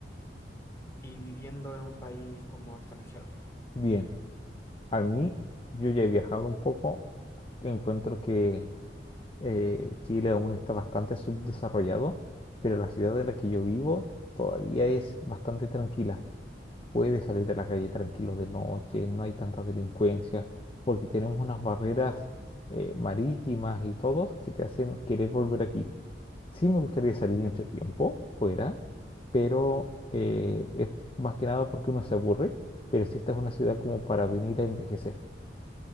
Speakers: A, on the left; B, on the left.
A: y viviendo en un país como extranjero,
B: Bien. A mí, yo ya he viajado un poco, encuentro que eh, Chile aún está bastante subdesarrollado, pero la ciudad en la que yo vivo todavía es bastante tranquila. Puedes salir a la calle tranquilo de noche, no hay tanta delincuencia, porque tenemos unas barreras eh, marítimas y todo que te hacen querer volver aquí. Sí me gustaría salir
A: entiendo.
B: mucho tiempo fuera, pero eh, es más que nada porque uno se aburre, pero sí esta es una ciudad como para venir a envejecer.